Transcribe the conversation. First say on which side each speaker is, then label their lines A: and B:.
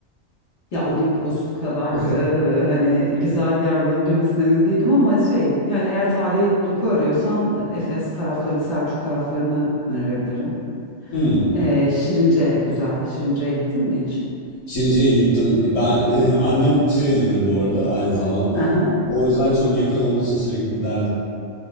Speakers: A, on the left; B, on the left.
A: Ya Olimpos kadar
B: <laughs>
A: e, hani güzel bir yer bulabilir misin emin değilim ama şey yani eğer tarihi doku arıyorsan Efes taraflarını Selçuk taraflarını önerebilirim.
B: Hmm.
A: E, Şirince güzel. Şirince'ye gittin mi hiç?
B: Şirince'ye gittim. Ben e, annem Tireli'dir bu arada aynı zamanda.
A: Hı hı.
B: O yüzden çok yakın olduğu için sürekli giderdik.